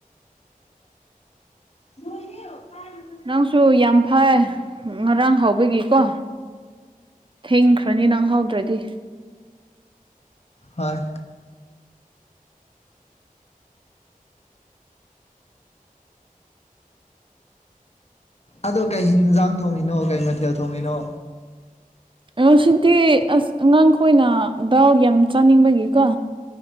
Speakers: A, on the left; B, on the right.
A: <unintelligible>
B: ꯅꯪꯁꯨ ꯌꯥꯝ ꯐꯏ ꯉꯔꯥꯡ ꯍꯧꯕꯒꯤꯀꯣ ꯊꯦꯡꯈ꯭ꯔꯅꯤ ꯅꯪ ꯍꯧꯗ꯭ꯔꯗꯤ
A: ꯍꯣꯏ ꯑꯗꯣ ꯀꯩ ꯍꯦꯟꯖꯥꯡ ꯊꯣꯡꯉꯤꯅꯣ ꯀꯩ ꯃꯊꯦꯜ ꯊꯣꯡꯉꯤꯅꯣ
B: ꯉꯥꯁꯤꯗꯤ ꯑꯁ ꯑꯉꯥꯡꯈꯣꯏꯅ ꯗꯥꯜ ꯌꯥꯝ ꯆꯥꯅꯤꯡꯕꯒꯤꯀꯣ